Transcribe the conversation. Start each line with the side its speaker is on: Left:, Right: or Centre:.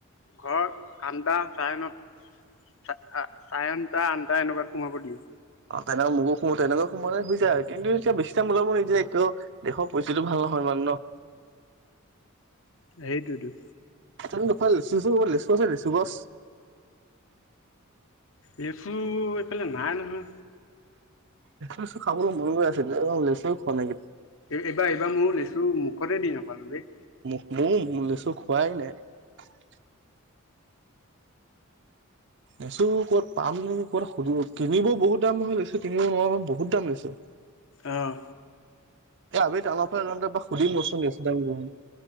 Left: ঘৰ আন্দা চাৰে নতা চাই আনটা আনটা এনেকুৱাত সোমাব দিয়ে।
Right: অ' তেনেকা মোকো সোমো তেনেকা সোমালে হৈ যায় আৰু কিন্তু এতিয়া বেছি টাইম ওলাব নিদিয়ে কিয় দেশৰ পৰিস্থিতিটো ভাল নহয় মানে ন।
Left: সেইটোৱেইটো।
Right: <unintelligible> লেচু আছে লেচু গছ।
Left: লেচু, এইফালে নাই নহয়।
Right: লেচু-চেচু খাবলৈ মন গৈ আছে এতিয়া। <unintelligible> লেচুৱে খোৱা নাই।
Left: এ এইবাৰ এইবাৰ মই লেচু মুখতে দি নাপালো দেই।
Right: মোৰ ম মোৰ লৈছ খোৱাই নাই। লেচু ক'ত পাম নি ক'বাত সুদিব কিনিবও বহুত দাম নহয় কিনিব নোৱাৰো বহুত দাম লৈছে।
Left: অঁ।
Right: এ আমি টাউনৰ ফালে <unintelligible> সুধি <unintelligible>